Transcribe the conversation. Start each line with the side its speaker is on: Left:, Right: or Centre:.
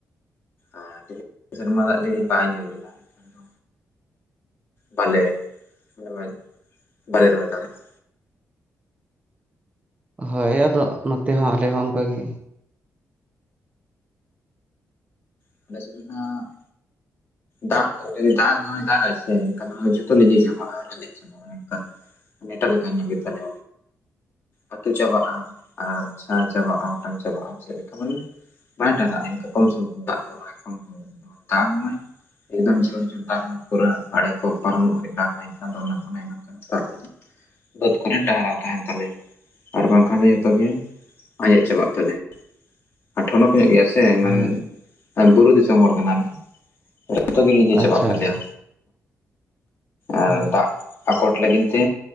Left: ᱟᱨ ᱡᱩᱫᱤ ᱥᱮᱨᱢᱟ ᱫᱟᱜ ᱡᱟᱹᱲᱤ ᱵᱟᱭ ᱧᱩᱨ ᱞᱮᱫᱟ ᱮᱱᱠᱷᱟᱱ ᱫᱚ ᱵᱟᱞᱮ <inaudible> ᱵᱟᱞᱮ ᱨᱚᱦᱚᱭ ᱫᱟᱲᱮᱭᱟᱜᱼᱟ᱾
Right: ᱦᱳᱭ ᱟᱫᱚ ᱱᱚᱛᱮ ᱦᱚᱸ ᱟᱞᱮ ᱦᱚᱸ ᱚᱝᱠᱟᱜᱮ᱾
Left: <inaudible> ᱫᱟᱜ ᱡᱩᱫᱤ ᱫᱟᱜ <inaudible> ᱫᱟᱜᱟᱭ ᱥᱮ ᱮᱱᱠᱷᱟᱱ ᱡᱚᱛᱚ ᱞᱤᱧᱡᱤ ᱪᱟᱵᱟᱜᱼᱟ <inaudible> <inaudible> ᱮᱴᱟᱜ ᱞᱮᱠᱟ ᱧᱚᱜ ᱜᱮ ᱛᱟᱞᱮ᱾ ᱟᱹᱛᱩ ᱪᱟᱵᱟᱜᱼᱟ, ᱟᱨ ᱥᱟᱨ ᱪᱟᱵᱟᱜᱼᱟ, ᱚᱴᱟᱝ ᱪᱟᱵᱟᱜᱼᱟ ᱪᱮᱫ ᱞᱮᱠᱟ ᱢᱟᱱᱮ ᱵᱟᱭ ᱴᱟᱸᱜᱟᱜ <inaudible> ᱫᱟᱜ ᱢᱟᱭ ᱮᱠᱫᱚᱢ ᱡᱷᱚᱨ ᱡᱷᱚᱨ ᱫᱟᱜᱽ ᱢᱟᱭ ᱯᱩᱨᱟᱹ ᱟᱲᱮ ᱠᱚ ᱯᱟᱨᱚᱢ <inaudible> ᱫᱟᱜᱽ ᱮᱱᱠᱷᱟᱱ ᱫᱚ ᱚᱱᱟ ᱫᱚ <inaudible> ᱵᱟᱹᱫᱽ ᱠᱚᱨᱮ ᱴᱟᱦᱟᱨᱟᱣ ᱛᱟᱦᱮᱱ ᱛᱟᱞᱮᱭᱟ᱾ ᱟᱨ ᱵᱟᱝᱠᱷᱟᱱ ᱫᱚ ᱡᱷᱚᱛᱚ ᱜᱮ ᱟᱸᱡᱮᱫ ᱪᱟᱵᱟᱜ ᱛᱟᱞᱮᱭᱟ᱾ ᱟᱨ ᱴᱷᱚᱱᱚᱠ ᱠᱚ ᱧᱚᱜ ᱜᱮᱭᱟ ᱥᱮ ᱢᱤᱫ
Right: ᱦᱳᱭ
Left: ᱮᱸ ᱵᱩᱨᱩ ᱫᱤᱥᱚᱢ ᱦᱚᱲ ᱠᱟᱱᱟᱞᱮ᱾ ᱡᱚᱛᱚᱜ ᱜᱮ ᱞᱤᱸᱡᱮ
Right: ᱟᱪᱪᱷᱟ
Left: ᱪᱟᱵᱟᱜ ᱛᱟᱞᱮᱭᱟ᱾
Right: ᱟᱪᱪᱷᱟ
Left: ᱟᱨ
Right: ᱦᱳᱭ
Left: ᱫᱟᱜ ᱟᱠᱚᱴ ᱞᱟᱹᱜᱤᱫ ᱛᱮ